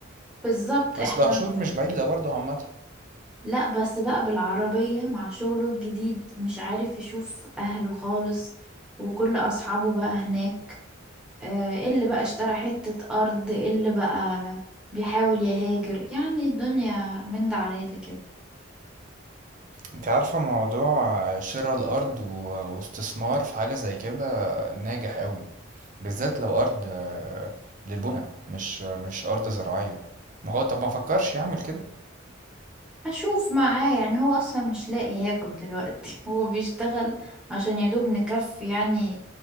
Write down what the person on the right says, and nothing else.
بس
دهشور مش بعيدة برضو عامة
أنت عارفة موضوع شراء الأرض و- واستثمار في حاجة زي كده ناجح أوي بالذات لو أرض آه، للبنى مش مش أرض زراعية ما هو طب ما فكرش يعمل كده